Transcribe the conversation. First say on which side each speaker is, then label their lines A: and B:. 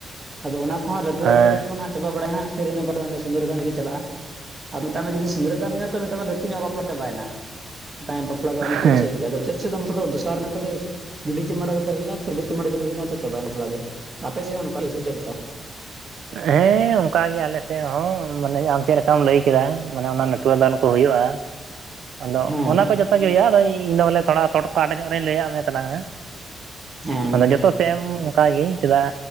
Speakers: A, on the right (about 35°); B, on the right (about 80°).
A: ᱟᱫᱚ ᱚᱱᱟ ᱠᱚ ᱦᱟᱸᱜ ᱞᱟᱹᱴᱩᱣ
B: ᱦᱮᱸ
A: ᱨᱮᱱ ᱠᱚ ᱡᱚᱠᱷᱚᱱ ᱦᱟᱸᱜ ᱪᱟᱵᱟ ᱵᱟᱲᱟᱭ ᱦᱟᱸᱜ ᱯᱷᱤᱨ ᱤᱱᱚ ᱵᱟᱱ ᱥᱤᱫᱩᱨ ᱫᱟᱱ ᱨᱮᱜᱮ ᱪᱟᱞᱟᱜ-ᱟ᱾ ᱟᱨ ᱢᱮᱛᱟᱜ ᱢᱮ ᱡᱩᱫᱤ ᱥᱤᱸᱝᱨᱟᱹ ᱫᱟᱱ ᱦᱩᱭᱮᱱᱟ ᱛᱚ ᱢᱮᱛᱟ ᱢᱮ ᱞᱟᱹᱴᱩ ᱧᱚᱜ ᱵᱟᱯᱞᱟ ᱪᱟᱵᱟᱭᱮᱱᱟ ᱢᱮᱛᱟᱢᱟ ᱵᱟᱯᱞᱟ ᱫᱚ
B: ᱦᱮᱸ
A: ᱢᱩᱪᱟᱹᱫ ᱥᱮᱫ ᱜᱮᱭᱟ ᱟᱫᱚ ᱪᱮᱫ ᱢᱚᱛᱚ ᱱᱚᱛᱮ ᱫᱚ ᱫᱚᱥᱟᱨ ᱱᱟ ᱠᱷᱟᱹᱞᱤ ᱜᱤᱰᱤ ᱪᱩᱢᱟᱹᱲᱟ ᱠᱟᱛᱮ ᱦᱩᱭᱩᱜ-ᱟ᱾ ᱯᱷᱮᱰᱤ ᱪᱩᱢᱟᱹᱲᱟ ᱠᱟᱛᱮᱜ ᱦᱩᱭ-ᱱᱟ ᱛᱚ ᱪᱟᱵᱟᱭᱮᱱᱟ᱾ ᱵᱟᱯᱞᱟ ᱫᱚ ᱟᱯᱮ ᱥᱮᱫ ᱦᱚᱸ ᱚᱱᱠᱟᱜᱮ ᱥᱮ ᱪᱮᱫ ᱞᱮᱠᱟ?
B: ᱦᱮᱸ ᱚᱱᱠᱟ ᱜᱮ ᱟᱞᱮᱥᱮᱫ ᱦᱚᱸ ᱢᱟᱱᱮ ᱟᱢ ᱪᱮᱫ ᱞᱮᱠᱟᱢ ᱞᱟᱹᱭ ᱠᱮᱫᱟ ᱢᱟᱱᱮ ᱚᱱᱟ ᱱᱟᱴᱩᱣ ᱫᱟᱱ ᱠᱚ ᱦᱩᱭᱩᱜ-ᱟ᱾ ᱟᱫᱚ
A: ᱦᱮᱸ
B: ᱚᱱᱟ ᱠᱚ ᱡᱚᱛᱚ ᱜᱮ ᱦᱩᱭᱩᱜ-ᱟ ᱟᱫᱚ ᱤᱧᱫᱚ ᱵᱚᱞᱮ ᱛᱷᱚᱲᱟ ᱥᱚᱨᱴᱠᱷᱟᱴ ᱧᱚᱜ ᱨᱤᱧ ᱞᱟᱹᱭᱟᱫ ᱢᱮ ᱛᱟᱞᱟᱝᱼᱟ
A: ᱦᱮᱸ
B: ᱟᱫᱚ ᱡᱚᱛᱚ ᱥᱮᱢ ᱚᱱᱠᱟᱜᱮ ᱪᱮᱫᱟᱜ